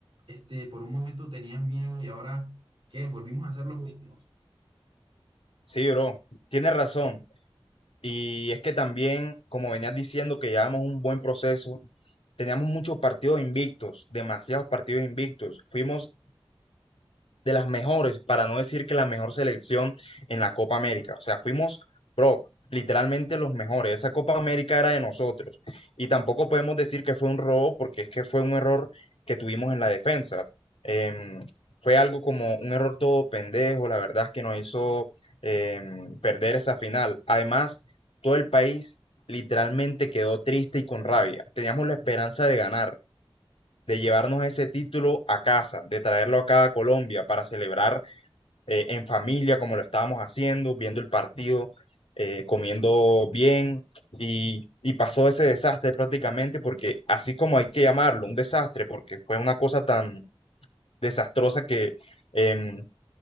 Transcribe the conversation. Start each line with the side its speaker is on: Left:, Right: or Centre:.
Right: este, por un momento tenían miedo y ahora, ¿qué? Volvimos a ser los mismos.
Left: Sí, bro, tienes razón. Y es que también, como venías diciendo, que llevamos un buen proceso, teníamos muchos partidos invictos, demasiados partidos invictos. Fuimos de las mejores, para no decir que la mejor selección en la Copa América. O sea, fuimos, bro, literalmente los mejores. Esa Copa América era de nosotros. Y tampoco podemos decir que fue un robo, porque es que fue un error que tuvimos en la defensa. Em, fue algo como un error todo pendejo, la verdad es que nos hizo em, perder esa final. Además, todo el país literalmente quedó triste y con rabia. Teníamos la esperanza de ganar de llevarnos ese título a casa, de traerlo acá a Colombia para celebrar eh, en familia como lo estábamos haciendo, viendo el partido, eh, comiendo bien y, y pasó ese desastre prácticamente porque así como hay que llamarlo un desastre porque fue una cosa tan desastrosa que em,